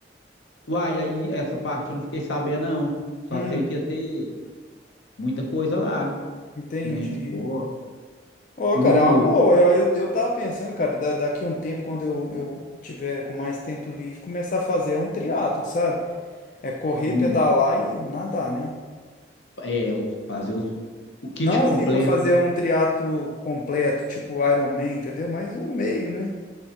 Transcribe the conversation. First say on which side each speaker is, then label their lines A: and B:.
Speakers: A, on the left; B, on the left.
A: uai, aí essa parte eu não fiquei sabendo, não. Só
B: Hum,
A: sei que ia ter muita coisa lá,
B: entendi.
A: né? Esporte.
B: Ó,
A: E
B: cara,
A: o,
B: é uma boa. Eu, eu, eu tava pensando, cara, da, daqui a um tempo, quando eu, eu tiver com mais tempo livre, começar a fazer um triatlo, sabe? É correr,
A: hum,
B: pedalar e nadar, né?
A: é, os- fazer os- o kit
B: Não
A: completo,
B: assim para fazer
A: né?
B: um triatlo completo, tipo Ironman, entendeu? Mas um meio, né?